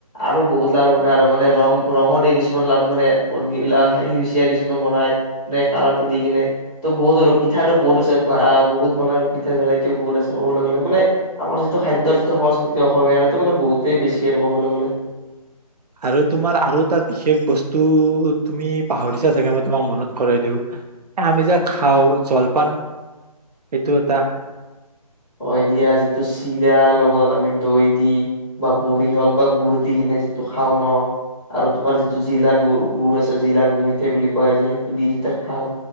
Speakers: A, in the centre; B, on the right (about 80°).
A: আৰু বহুত লাৰু বনাই আৰু মানে ৰং ৰঙো দে কিছুমান লাৰু মানে ল সেউচিয়া কিছুমান বনাই যে কালাৰটো দি কিনে ত বহুত আৰু পিঠাটো বহুত আছে বহুত বনাই আৰু পিঠাৰ ভেৰাইটিও বহুত আছে ক'বলৈ গ'লে মানে আমাৰ যিটো খাদ্যৰ যিটো সংস্কৃতি অসমীয়াৰ বহুতেই বেছি আৰু ক'বলৈ গ'লে
B: আৰু তোমাৰ আৰু এটা বিশেষ বস্তু তুমি পাহৰিছা জেগা মই তোমাক মনত কৰাই দিওঁ এ আমি যে খাওঁ জলপান সেইটো এটা
A: অ দিয়া যিটো চিৰা লগত আমি দৈ দি বা মুড়ি হওঁক বা গুড় দি কিনে যিটো খাওঁ ন আৰু তোমাৰ যিটো জিলা গু গুড় আছে জিলা মিঠে বুলি কোৱা যে সেইটো দি যেতিয়া খাওঁ